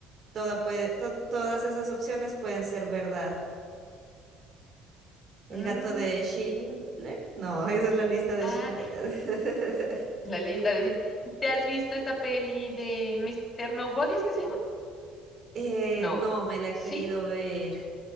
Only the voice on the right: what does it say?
toda puede- to- todas esas opciones pueden ser verdad. El
gato de Schindler, no, <laughs> esa es la lista de
Schindler. <laughs>
Eh,
no, me la he
querido ver.